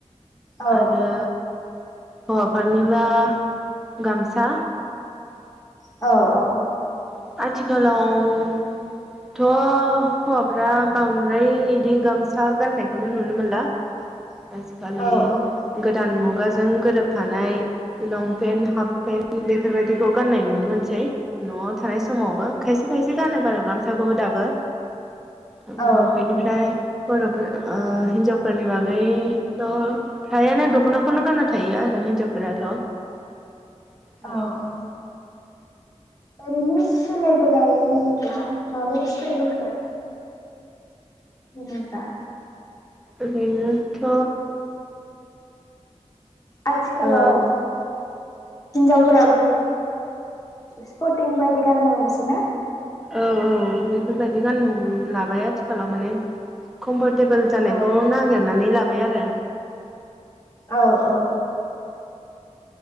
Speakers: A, on the left; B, in the centre.
A: औ
B: आरो हौवाफोरनिब्ला गामसा
A: औ औ
B: आथिखालाव थ' हौवाफ्रा बांद्राय इदि गामसा गाननायखौनो नुनो मोनला
A: <inaudible>
B: आजिखालि
A: औ
B: गोदान मुगाजों गोरोबफानाय लंपेन्ट, हाफ पेन्ट बेफोरबायदिखौ गान्नाय नुनो मोनसै नवाव थानाय समावबो खायसे खायसे गानो बारु गामसाखौबो दाबो ओम
A: औ
B: बेनिफ्राय बर'फोर ओ हिनजावफोरनि बागैथ' फ्रायानो दख'नाखौनो गानना थायोआरो हिनजावफोराथ' ओरैनोथ'
A: औ औ ओरैनो सोलायबोनाय होनोब्ला माबोरै सोलायबोखो होनोबा
B: ओरैनोथ'
A: आथिखालाव
B: औ
A: हिनजावफोराबो स्पटिं बायदि गाननो हमसै ना
B: औ औ बेफोरबायदि गाननो लाबाय आथिखालाव माने कमफरटेबोल जानायखौ
A: औ
B: नागिरनानै लाबायआरो
A: औ औ